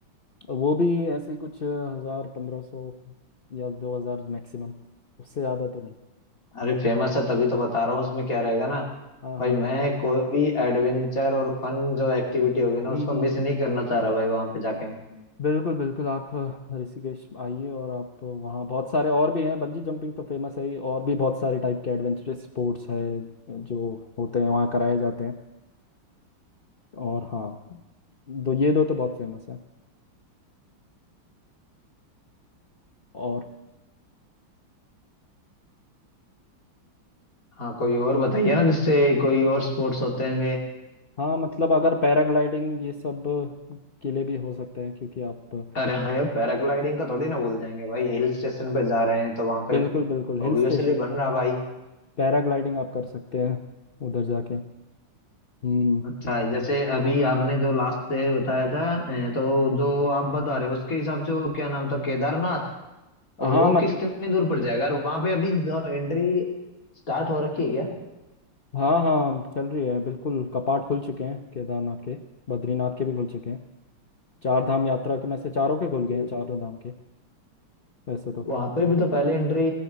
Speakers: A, on the left; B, on the left.
A: वो भी ऐसे ही कुछ हज़ार पंद्रह सौ या दो हज़ार मैक्सिमम उससे ज़्यादा तो नहीं
B: अरे फेमस है तभी तो बता रहा हूँ उसमें क्या रहेगा ना
A: हाँ
B: भाई
A: हाँ
B: मैं
A: हाँ।
B: कोई भी एडवेंचर और फन जो एक्टिविटी होगी
A: हम्म
B: ना उसको
A: हम्म,
B: मिस
A: हम्म।
B: नहीं करना चाह रहा भाई वहां पे जाके मैं
A: बिल्कुल बिल्कुल आप ऋषिकेश आइए और आप वहाँ बहुत सारे और भी हैं बंजी जंपिंग तो फेमस है ही और भी बहुत सारे टाइप के एडवेंचरस स्पोर्ट्स है जो होते हैं वहाँ कराए जाते हैं और हाँ दो ये दो तो बहुत फेमस है और
B: हाँ कोई और बताइए ना जिससे कोई और स्पोर्ट्स होते होंगे
A: हाँ मतलब अगर पैराग्लाइडिंग ये सब के लिए भी हो सकता है क्योंकि आप
B: अरे हाँ यार पैराग्लाइडिंग का थोड़ी ना भूल जाएंगे भाई हिल स्टेशन पे जा रहे हैं तो वहां
A: बिल्कुल
B: पे
A: बिल्कुल हिल
B: ऑब्वियसली
A: स्टेशन
B: बन रहा भाई
A: पैराग्लाइडिंग आप कर सकते हैं उधर जाके हम्म
B: अच्छा जैसे अभी आपने जो लास्ट से बताया था अ, तो जो आप बता रहे हो उसके हिसाब से वो क्या नाम था केदारनाथ
A: हाँ
B: और वो
A: मतलब
B: कितनी दूर पड़ जाएगा और वहां पे अभी एंट्री स्टार्ट हो रखी है क्या
A: हाँ हाँ चल रही है बिल्कुल कपाट खुल चुके हैं केदारनाथ के बद्रीनाथ के भी खुल चुके हैं चार धाम यात्रा के में से चारों के खुल गए
B: तो
A: हैं चारों धाम के वैसे तो
B: वहां पे भी तो पहले एंट्री